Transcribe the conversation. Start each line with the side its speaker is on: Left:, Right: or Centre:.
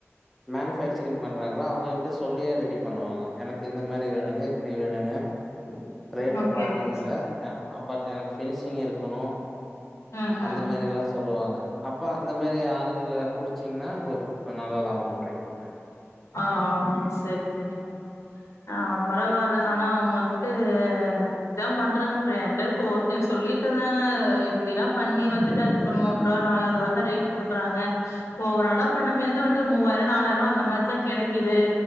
Centre: மேனுஃபேக்சரிங் பண்றாங்கள அவங்ககிட்ட சொல்லியே ரெடி பண்ணுவாங்க எனக்கு இந்த மாரி வேணுங்க இப்டி வேணுங்க
Left: <inaudible>
Centre: ரேட்டு ப்ராப்ளம்
Left: ஓகே
Centre: இல்ல
Left: சார்
Centre: அ பட் எனக்கு ஃபினிஷிங் இருக்கணு
Left: ம் ம்
Centre: அந்த மாதிரி எல்லா சொல்லுவாங்க அப்ப அந்த மாரி ஆள்கள புடிச்சிங்கன்னா உங்ளு நல்ல லாபம் கெடக்கும்
Left: ஆ சேர் செரிங் சா ஆ பரவால்ல ஆனா அவுங்க வந்துட்டு இப்டி தாம் பண்றாங்க அப்றோ என்ட்ட ஒர் டைம் சொல்லிட்ருந்தாங்க இப்படில்லாம் பண்ணி வந்துட்டு அது ஒ மூன்ரூபா நாலாற்வா தான் ரேட் குடுக்கறாங்க இப்ப ஓரளா பண்ணமேது வந்து ஒரு மூவாயிரோ நாலாயிரோ அந்த மாரிதா கெடைக்குது